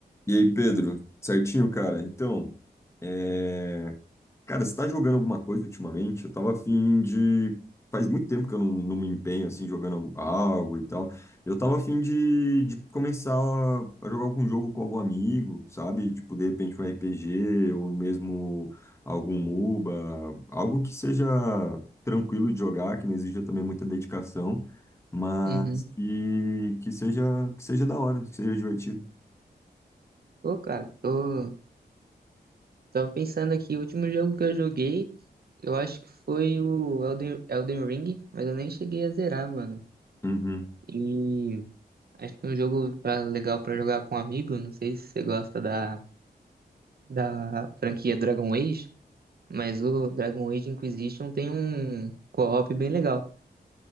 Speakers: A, on the left (about 15°); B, on the right (about 65°).
A: E aí, Pedro? Certinho, cara? Então, é, cara, você tá jogando alguma coisa ultimamente? Eu tava afim de. Faz muito tempo que eu não, não me empenho assim, jogando algo e tal. Eu tava afim de, de começar a jogar algum jogo com algum amigo, sabe? Tipo, de repente um RPG ou mesmo algum MOBA, algo que seja tranquilo de jogar, que não exija também muita dedicação, mas
B: Uhum.
A: que, que seja, que seja da hora, que seja divertido.
B: Pô, cara, tô... Tava pensando aqui, o último jogo que eu joguei, eu acho que foi o Elden, Elden Ring, mas eu nem cheguei a zerar, mano.
A: Uhum.
B: E acho que é um jogo pra, legal pra jogar com um amigo, não sei se você gosta da, da franquia Dragon Age, mas o Dragon Age Inquisition tem um co-op bem legal.